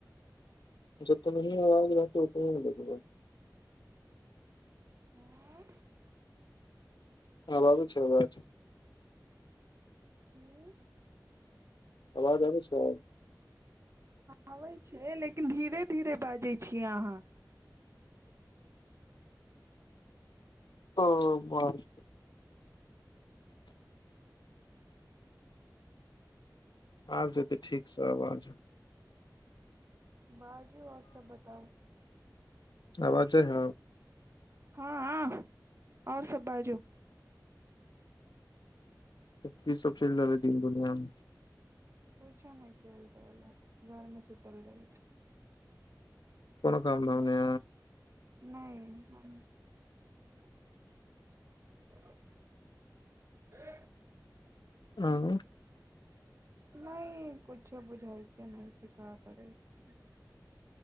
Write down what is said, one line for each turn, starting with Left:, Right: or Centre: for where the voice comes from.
Left: जतनी ही आवाज रह त उतने होै
Right: हँ
Left: हँ बाबू छै बाब छै
Right: ह्म्म
Left: आवाज आबै छै
Right: ब लेकिन धीरे धीरे बाजै छी अहाँ
Left: ओ बस आबि जेयतै ठीकसँ आब आ जाय
Right: बाजू आओर सब बताउ
Left: आवाजे ह
Right: हँ हँ आओर सब बाजू
Left: त की सब चल रहलबै दीन दुनियामे
Right: किछो नहि चलि रहल हइ घरमे सुीतल रह छै
Left: कोनो काम नहिाम नहि
Right: नहि
Left: हँ
Right: नहि किछो बुझै छियै नहि सीखय पै छियै